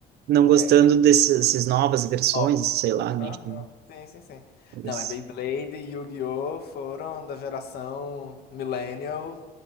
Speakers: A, on the right; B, on the left.
A: não gostando
B: É,
A: desses- dessas novas versões,
B: novos.
A: sei lá, né?
B: Aham,
A: Enfim,
B: Sim, sim, sim.
A: eles-
B: Não, mas Beyblade e Yu-Gi-Oh! foram da geração Millennial.